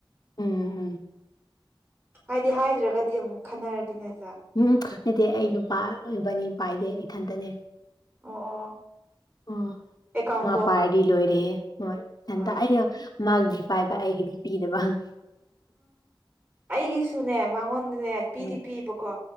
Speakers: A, on the left; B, on the right.
A: ꯎꯝ ꯎꯝ
B: ꯍꯥꯏꯗꯤ ꯍꯥꯏꯗ꯭ꯔꯒꯗꯤ ꯑꯃꯨꯛ ꯈꯟꯅꯔꯗꯤꯅꯦꯁ
A: ꯎꯝ ꯅꯠꯇꯦ ꯑꯩ ꯅꯨꯄꯥ ꯑꯣꯏꯕꯅꯤ ꯄꯥꯏꯗꯦ ꯏꯊꯟꯇꯅꯦ
B: ꯑꯣ ꯑꯣ
A: ꯑꯣ
B: ꯑꯦꯀꯥꯎꯟꯗꯣ
A: ꯃꯥ ꯄꯔꯗꯤ ꯂꯣꯏꯗꯍꯦ ꯃꯣꯏ ꯍꯟꯇ
B: ꯍꯣꯏ
A: ꯑꯩꯅ ꯃꯥꯒꯤꯗꯤ ꯄꯥꯏꯕ ꯑꯩꯒꯤꯗꯤ ꯄꯤꯗꯕꯪ
B: ꯑꯩꯒꯤꯁꯨꯅꯦ ꯃꯉꯣꯟꯗꯅꯦ ꯄꯤꯗꯤ
A: ꯎꯝ
B: ꯄꯤꯕꯀꯣ